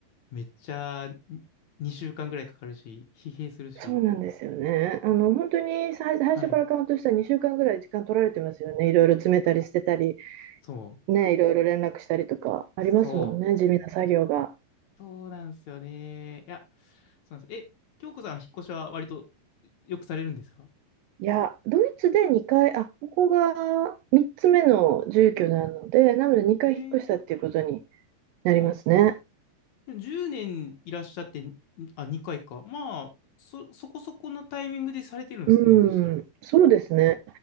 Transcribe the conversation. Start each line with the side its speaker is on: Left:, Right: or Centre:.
Left: めっちゃに2週間ぐらいかかるし、疲弊するし。
Right: そうなんですよね。あの、本当に最、最初からカウントしたら2週間ぐらい時間取られてますよね。
Left: はい。
Right: いろいろ詰めたり捨てたり、
Left: そう。
Right: ね、いろいろ連絡したりとかありますもんね、
Left: そ
Right: 地味な作業が。
Left: う。そうなんですよね。いや、そうなんです。え、京子さんは引っ越しは割とよくされるんですか
Right: いや、ドイツで2回、あ、ここが3つ目の住居なので、なので2回引っ越したっていうことに
Left: ええー、
Right: なりますね。
Left: うん。10年いらっしゃって、んあ、2回か。まあ、そ、そこそこのタイミングでされてるんですね、
Right: うん、
Left: でしたら。
Right: そうですね。やっ